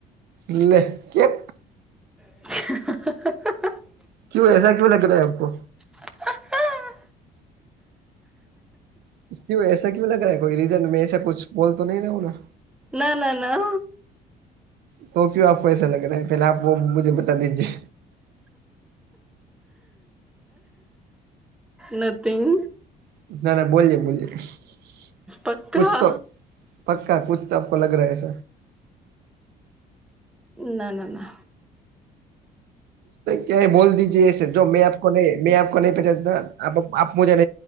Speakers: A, on the right; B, in the centre.
A: એટલે કેમ.
B: <unintelligible>
A: ક્યુ એસા ક્યુ લગ રહા આપકો.
B: <unintelligible>
A: કું એસા કવું લગ રહા કોઈ રીઝન મેંસા ક બોલ તો નહી રહુંને.
B: ના ના ના.
A: તો કયું આપ એૈસા લગ રહ હ પેલા આપ વ મુજે બતા દિજીએ.
B: નથિંગ.
A: <inaudible>
B: પક્કા
A: પક્કા કુછ તો આપ લગ રહ સ.
B: ના ના.
A: ક્યા બોલ દીજય જો મેં આપોને મેં આપ ન પચ આપ મુજ ન